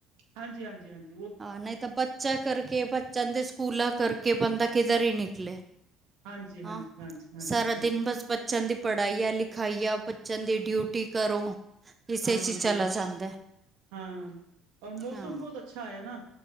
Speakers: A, on the right (about 85°); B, on the right (about 25°).
A: ਹਾਂਜੀ ਹਾਂਜੀ ਹਾਂਜੀ।
B: ਹਾਂ ਨਹੀਂ ਤਾਂ ਬੱਚਿਆਂ ਕਰਕੇ, ਬੱਚਿਆਂ ਦੇ ਸਕੂਲਾਂ ਕਰਕੇ ਬੰਦਾ ਕਿਧਰ ਹੀ ਨਿਕਲੇ।
A: ਹਾਂਜੀ-ਹਾਂਜੀ-ਹਾਂਜੀ-ਹਾਂਜੀ
B: ਹਾਂ ਸਾਰਾ
A: ਹਾਂ
B: ਦਿਨ ਬਸ ਬੱਚਿਆਂ ਦੀ ਪੜ੍ਹਾਈਆ, ਲਿਖਾਈਆਂ ਬੱਚਿਆਂ ਦੀ ਡਿਊਟੀ ਕਰੋ। ਇਸੇ
A: ਹਾਂ
B: 'ਚ ਹੀ
A: ਹਾਂ,
B: ਚਲਾ ਜਾਂਦਾ
A: ਹਾਂ ਔਰ ਮੌਸਮ
B: ਹਾਂ
A: ਬਹੁਤ ਅੱ ਅੱਛਾ ਹੋਇਆ ਨਾ,